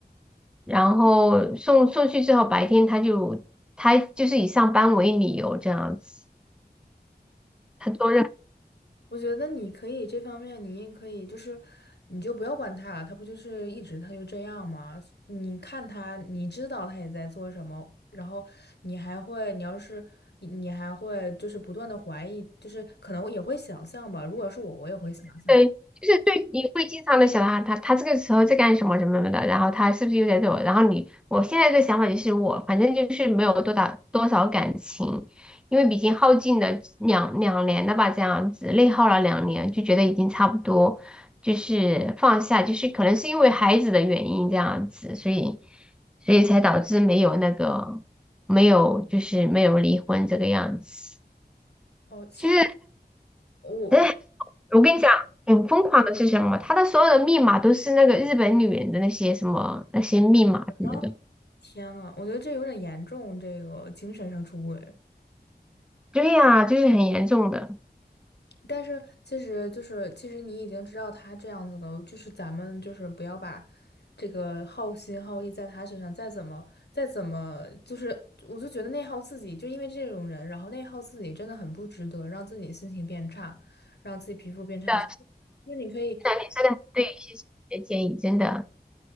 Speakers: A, in the centre; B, on the left.
A: 然后送送去之后，白天他就他就是以上班为理由这样子，他做任。
B: 我觉得你可以这方面，你也可以，就是你就不要管他了，他不就是一直他就这样吗？你看他，你知道他也在做什么，然后你还会，你要是你你还会就是不断的怀疑，就是可能也会想象吧。如果是我，我也会想象。
A: 对，就是对，你会经常的想到啊他，他这个时候在干什么什么什么的，然后他是不是又在对我？然后你，我现在的想法就是我，反正就是没有多大多少感情，因为毕竟耗尽了两两年了吧，这样子内耗了两年，就觉得已经差不多，就是放下，就是可能是因为孩子的原因这样子，所以所以才导致没有那个没有就是没有离婚这个样子，
B: 哦，其实
A: 就是。
B: 我
A: 哎我跟你讲，很疯狂的是什么？他的所有的密码都是那个日本女人的那些什么那些密码什么的。
B: 啊，天呐，我觉得这有点严重，这个精神上出轨。
A: 对呀、就是很严重的。是
B: 但是其实就是，其实你已经知道他这样子了，就是咱们就是不要把这个耗心耗力在他身上，再怎么再怎么，就是我就觉得内耗自己，就因为这种人，然后内耗自己真的很不值得，让自己心情变差，让自己皮肤变差。
A: 的，
B: 就是就是你可以，
A: 是的，你真的很对，谢谢你的建议，真的。